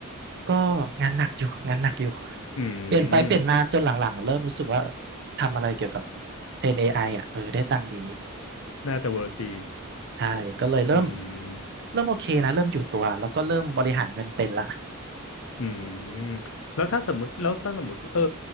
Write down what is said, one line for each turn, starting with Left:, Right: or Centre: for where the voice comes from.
Right: ก็งานหนักอยู่งานหนักอยู่
Left: อื
Right: เปลี่ยนไปเปลี่ยนมาจนหลังๆเริ่มรู้สึกว่า
Left: ม
Right: ทำอะไรเกี่ยวกับเทรน AI อไออ่ะเออได้ตังค์ดี
Left: น่าจะเวิร์กดี
Right: ใช่ก็เลยเริ่ม
Left: อืม
Right: เริ่มโอเคนะ เริ่มอยู่ตัว แล้วก็เริ่มบริหารเงินเป็นละ
Left: อืมแล้วถ้าสมมติแล้วถ้าสมมติเออ